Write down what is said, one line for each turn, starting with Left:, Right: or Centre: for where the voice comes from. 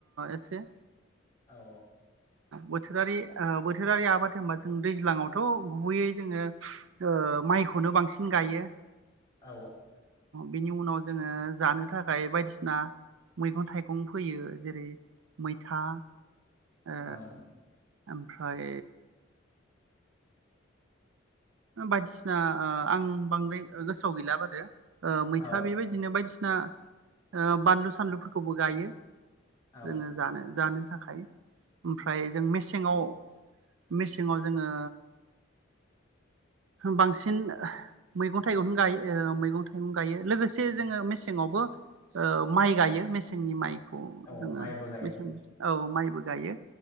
Right: एसे।
Left: औ।
Right: बोथोरारि बोथोरारि आबाद होनबा जों दैज्लावथ गुबैयै जोङो माइखौनो बांसिनै गायो।
Left: औ
Right: बिनि उनाव जोङो जानो थाखाय। खायाइ बायदिसिना मैगं थाइगं फोयो जेरै मैथा। ओ
Left: औ।
Right: ओमफ्राय। बायदिसिना ओ आं बांद्राय गोसोआव गैला बार ओ मैथा
Left: औ
Right: बेबायदिनो बायदि सिना ओ बानलु सानलुफोरखौबो गायो।
Left: औ
Right: जोङो जानो जानो। थाखाय ओमफ्राय जों मेसेङाव मेसेङाव जोङो बांसिन मैगं थाइगं गायो ओ मैगं थाइगं गायो लोगोसे जोङो मेसेंआवबो ओ माइ गायो मेसेंनि माइ। खौ
Left: औ
Right: जोङो
Left: माइबो गायो
Right: मेंसे अ माइ। बो गाइयो।